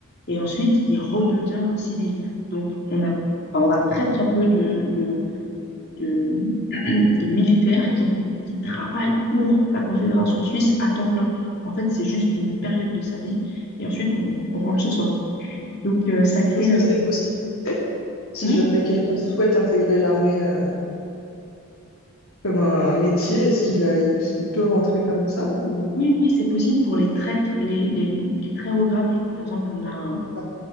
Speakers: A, on the left (about 50°); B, on the left (about 80°).
A: et ensuite il redevient un civil. Donc on a, enfin, on a très très peu de, de, de, <clears throat> de militaires qui, qui travaillent pour la Confédération suisse à temps plein. En fait, c'est juste une période de sa vie et ensuite on, on rentre chez soi. Donc euh, ça crée...
B: Est-ce que
A: euh,
B: c'est une possibilité? Si
A: hmm
B: jamais quelqu'un souhaite intégrer l'armée euh, comme un, un métier, est-ce qu'il a, il, il peut rentrer comme ça ou...
A: Oui, oui, c'est possible pour les très, tr- les, les, les très hauts gradés. Par exemple, on a un,
B: D'accord.